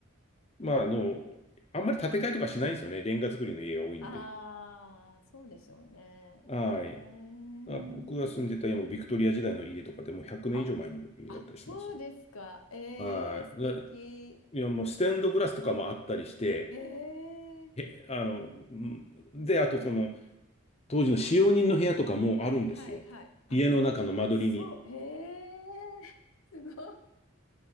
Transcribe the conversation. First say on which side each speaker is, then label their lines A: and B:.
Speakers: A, on the left; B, on the left.
A: まあ、あの、あんまり建て替えとかしないんですよね。レンガ造りの家が多いんで。
B: ああ、そうでしょうね。
A: はい。
B: えー、
A: あ、僕が住んでた家もビクトリア時代の家とかでもう100年以上前の家だったりしますよ。
B: あ、あ、そうですか。えー、
A: はい。
B: 素敵。
A: でいや、もうステンドグラスとかもあったりして、
B: ええー
A: え、あの、うんで、あとその、当時の使用人の部屋とかもあるんですよ。
B: はいはいはい。あ、
A: 家の中の間取りに。
B: そう、ええー <laughs> すごい。